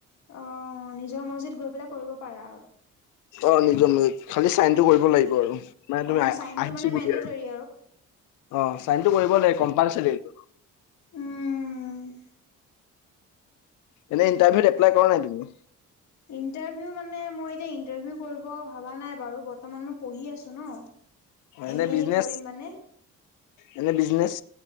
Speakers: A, on the left; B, on the left.
A: অ নিজৰ মৰজিত গৈ পেলাই কৰিব পাৰা আৰু।
B: অ নিজৰ মৰজিত। খালি চাইন কৰিব লাগিব আৰু মানে তুমি
A: অ',
B: আহিছো
A: চাইনটো মানে
B: বুলি
A: মেণ্ডেটৰী
B: আৰু অ চাইনটো কৰিব লাগে কম্পালচাৰটো
A: উম।
B: এনেই ইণ্টাৰভিউত এপ্লাই কৰা নাই তুমি
A: ইটাৰভিউ মানে মই এতি ইন্টাৰভিউ কৰিব ভাবা নাই বাৰু বৰ্তমান মোক পঢ়ি আছোঁ ন
B: এনে
A: এম এ
B: বিজনেচ
A: কৰিম মানে
B: এনে বিজনেচ